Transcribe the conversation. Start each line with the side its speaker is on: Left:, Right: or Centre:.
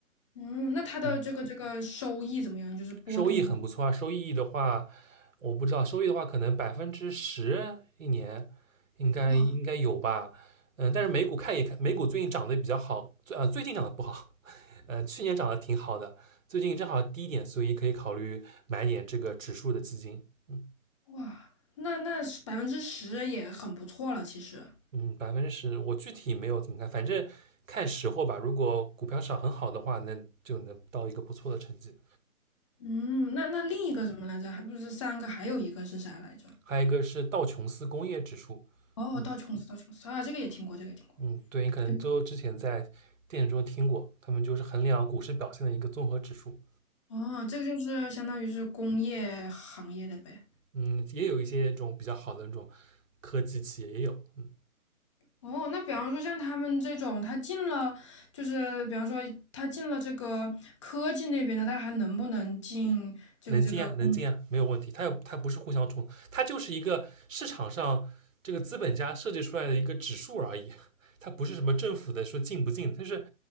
Left: 嗯，那它的这个这个收益怎么样？
Right: 嗯。
Left: 就是波动。
Right: 收益很不错啊，收益的话，我不知道，收益的话可能百分之十一年应该应该有吧。
Left: 哇。
Right: 嗯，但是美股看也看，美股最近涨得比较好，最呃最近涨得不好，<laughs> 呃去年涨得挺好的，最近正好低一点，所以可以考虑买点这个指数的基金。嗯
Left: 哇，那那百分之十也很不错了，其实。
Right: 嗯，百分之十，我具体没有怎么看，反正看时候吧。如果股票市场很好的话，那就能到一个不错的成绩。
Left: 嗯，那那另一个什么来着？还不是三个，还有一个是啥来着？
Right: 还有一个是道琼斯工业指数，
Left: 哦，
Right: 嗯。
Left: 道琼斯，道琼斯啊，这个也听过，这个也听过。
Right: 嗯，对，你可能都之前在电影中听过，
Left: 就是
Right: 他们就是衡量股市表现的一个综合指数。
Left: 哦，这个就是相当于是工业行业的呗。
Right: 嗯，也有一些这种比较好的那种科技企业也有，嗯
Left: 哦，那比方说像他们这种，他进了，就是比方说他进了这个科技那边的，他还能不能进这个这个工？
Right: 能进啊，能进啊，没有问题。它又它不是互相冲，它就是一个市场上这个资本家设计出来的一个指数而已，它不是什么政府的说进不进，就是